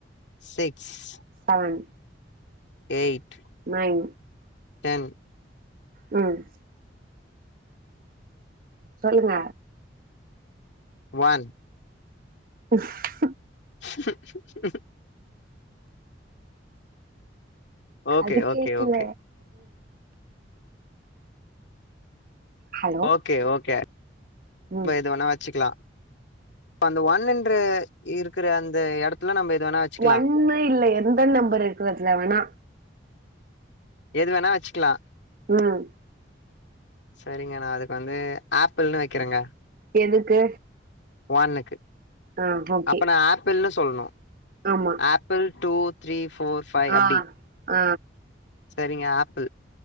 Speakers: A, on the left; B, on the right.
A: six
B: seven
A: eight
B: nine
A: ten
B: ம் சொல்லுங்க
A: ஒன்
B: உஃப்
A: <inaudible> ஓகே
B: அது கேக்கல
A: ஓகே ஓகே
B: ஹலோ
A: ஓகே ஓகே
B: ம்
A: இப்ப எது வேணா வச்சுக்கலா இப்ப அந்த ஒன்னுன்ற இருக்குற அந்த எடத்துல நம்ப எது வேணா வச்சுக்கலா
B: ஒன்னு இல்ல எந்த நம்பர் இருக்குற இடத்துல வேணா
A: எது வேணா வச்சுக்கலா
B: ம்
A: செரிங்க நா அதுக்கு வந்து ஆப்பிள்ன்னு வக்கிறங்க
B: எதுக்கு
A: வான்னக்கு
B: ஆ ஓகே
A: அப்ப நா ஆப்பிள்னு சொல்ணு
B: ஆமா
A: apple two three four five
B: ஆ
A: அப்டி
B: ஆ
A: சரிங்க apple